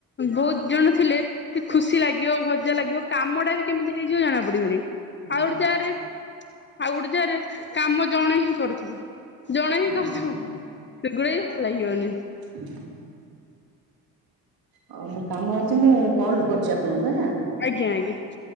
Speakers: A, on the left (about 25°); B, on the right (about 45°).
A: ବହୁତ ଜଣ ଥିଲେ। କି ଖୁସି ଲାଗିବ ଭଜା ଲାଗିବ। କାମ ଟା ବି କେମିତି ହେଇଯିବ ଜଣା ପଡିବନି।
B: ହଁ
A: ଆଉ ଗୋଟେ ଯାରେ ଆଉ ଗୋଟେ ଯାରେ କାମ ଜଣେ ହିଁ କରୁଥିବ। ଜଣେ ହିଁ କରୁଥିବ।
B: ହଁ।
A: ସେଗୁଡା ବି ଭଲ ଲାଗିବନି।
B: <inaudible> ହ ମୋ କାମ ଅଛି। ମୁଁ କଲ କରୁଛି ଆପଣଙ୍କୁ ହେଲା।
A: ଆଜ୍ଞା ଆଜ୍ଞା।